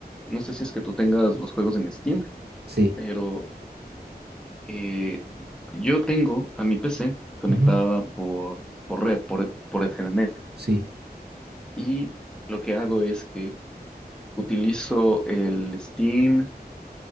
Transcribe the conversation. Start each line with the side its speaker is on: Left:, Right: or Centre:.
Centre: no sé si es que tú tengas los juegos en Steam,
Right: Sí.
Centre: pero Eh, yo tengo a mi PC conectada
Right: Ujú.
Centre: por, por red, por, por Ethernet,
Right: Sí.
Centre: y lo que hago es que utilizo el Steam.